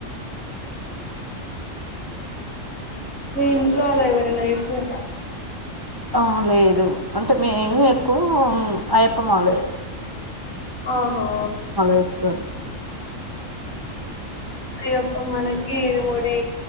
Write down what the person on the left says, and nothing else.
మీ ఇంట్లో అలా ఎవరైనా వేసుకుంటార
ఆహా
అయ్యప్ప అప్ప మాలకి ఇరు ముడి